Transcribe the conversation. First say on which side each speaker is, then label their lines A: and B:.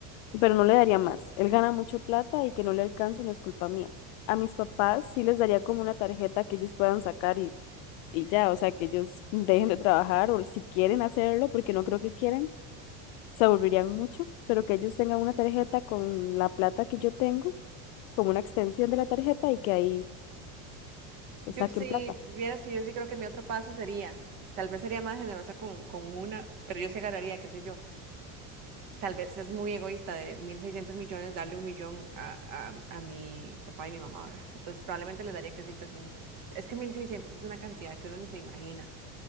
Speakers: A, on the left; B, on the right.
A: pero no le daría más. Él gana mucho plata y que no le alcance no es culpa mía. A mis papás sí les daría como una tarjeta que ellos puedan sacar y, y ya, o sea, que ellos <laughs> dejen de trabajar o si quieren hacerlo, porque no creo que quieran, se aburrirían mucho, pero que ellos tengan una tarjeta con la plata que yo tengo, como una extensión de la tarjeta y que ahí pues,
B: Yo
A: saquen
B: sí,
A: plata.
B: vieras que yo sí creo que mi otro paso sería, tal vez sería más generosa con, con una, pero yo sí agarraría, qué sé yo, tal vez es muy egoísta de 1.600 millones darle un millón a, a, a mi papá y mi mamá ahora. Entonces probablemente les daría, qué sé yo, así, es que 1.600 es una cantidad que uno ni se imagina.